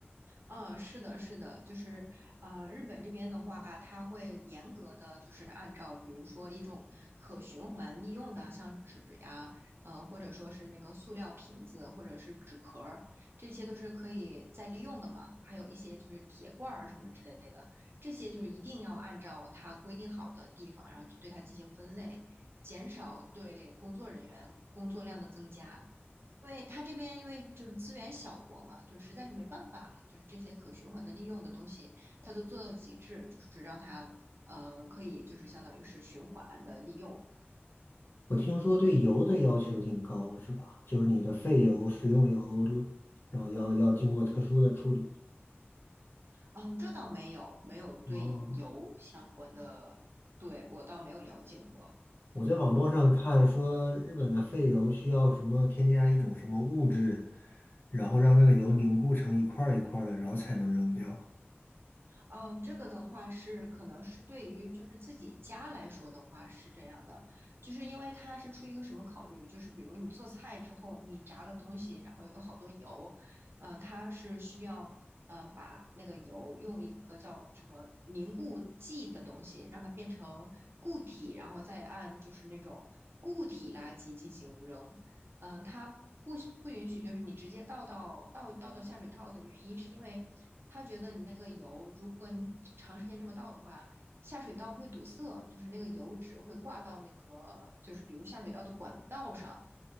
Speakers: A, on the right; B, on the left.
A: 嗯，是的，是的，就是呃，日本这边的话，它会严格的就是按照，比如说一种可循环利用的，像纸呀，呃，或者说是那个塑料瓶子，或者是纸壳儿，这些都是可以再利用的嘛。还有一些就是铁罐儿什么之类的，这些就是一定要按照它规定好的地方，然后对它进行分类，减少对工作人员工作量的增加。因为它这边因为就是资源小国嘛，就实在是没办法了，就是这些可循环的利用的东西，它都做到极致，就是让它呃可以就是相当于是循环的利用。
B: 我听说对油的要求挺高，是吧？就是你的废油、食用油，然后要要经过特殊的处理。
A: 哦，这倒没有，没有对油相关的，
B: 哦，
A: 对，我倒没有了解过。
B: 我在网络上看说，日本的废油需要什么添加一种什么物质，然后让那个油凝固成一块儿一块儿的，然后才能扔掉。
A: 哦，这个的话是可能是对于就是自己家来说的话是这样的，就是因为它是出于一个什么考虑，就是比如你做菜之后，你炸了东西，然后有好多油，呃，它是需要呃把那个油用一个叫什么凝固剂的东西，让它变成固体，然后再按就是那种固体垃圾进行扔，嗯、它不不允许就是你直接倒到倒倒到下水道的原因是因为。他觉得你那个油，如果你长时间这么倒的话，下水道会堵塞，就是那个油脂会挂到那个，就是比如下水道的管道上。